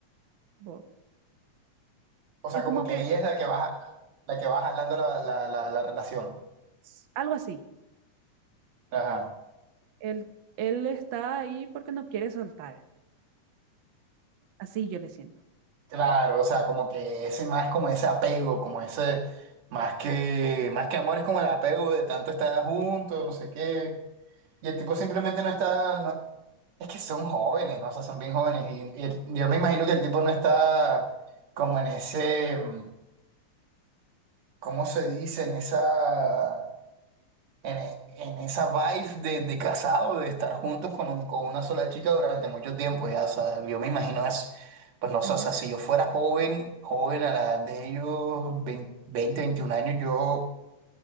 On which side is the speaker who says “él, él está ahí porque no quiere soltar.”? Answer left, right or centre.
Right